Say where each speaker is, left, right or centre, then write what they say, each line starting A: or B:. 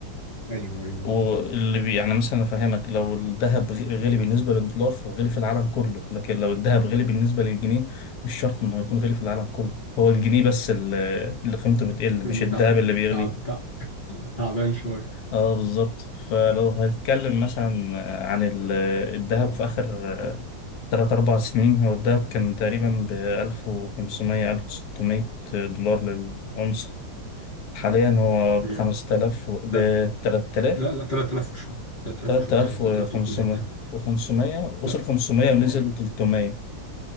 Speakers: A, on the left; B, on the left.
A: ايوه ايوه
B: واللي بي يعني مثلا أفهمك لو الذهب غ- غلي بالنسبة للدولار فهو غلي في العالم كله لكن لو الذهب غلي بالنسبة للجنيه مش شرط إنه هيكون غلي في العالم كله هو الجنيه بس اللي اللي قيمته بتقل
A: اللي
B: مش الذهب
A: تع...
B: اللي بيغلي
A: تعب تع... تعبان شويه
B: اه بالظبط فلو هنتكلم مثلا عن ال- الذهب في آخر تلات أربع سنين هو الذهب كان تقريبا بألف وخمسمية ألف وستمية دولار للأونصة حاليا هو
A: مم.
B: بخمسة آلاف بتلات
A: تلات
B: آلاف
A: لا لا 3000 وشويه 3000
B: تلات
A: وشويه
B: آلاف
A: 3300
B: وخمسمية
A: تقريبا
B: وخمسمية وصل
A: لا
B: خمسمية ونزل
A: هو
B: تلتمية